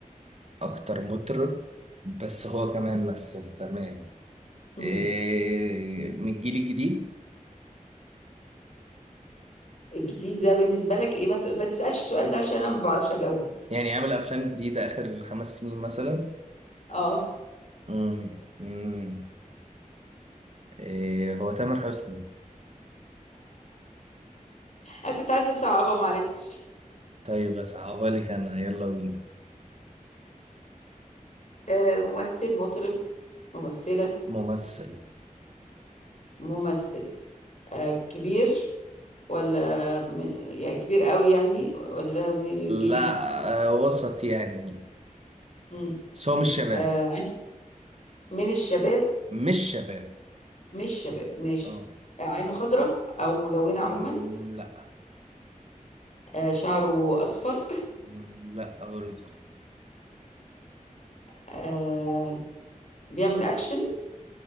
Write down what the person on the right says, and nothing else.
اكتر مطرب بس هو كمان مثل تمام
إيه من الجيل الجديد
يعني عامل افلام جديدة اخر خمس سنين مثلا
مم. مم. إيه هو تامر حسني
طيب أصعبها لك أنا يلا بينا
ممثل
لا
آه، وسط يعني
بس هو مش شباب
مش شباب
اه
مم،
لا
مم، لا برضه